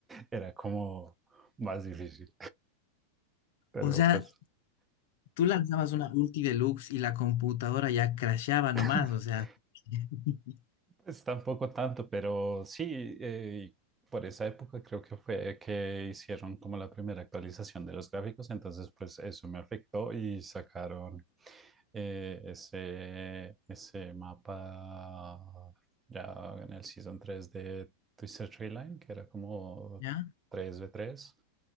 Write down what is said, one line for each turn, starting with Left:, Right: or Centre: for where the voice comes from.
Right: era como más difícil. Pero
Left: O sea,
Right: pues...
Left: tú lanzabas una ulti deluxe y la computadora ya crasheaba nomás,
Right: <laughs>
Left: o sea, <laughs>
Right: Pues tampoco tanto, pero sí, eh, por esa época creo que fue que hicieron como la primera actualización de los gráficos, entonces pues eso me afectó y sacaron eh, ese, ese mapa ya en el Season 3 de Twisted Tree Line, que era como
Left: ¿ya?
Right: tres v tres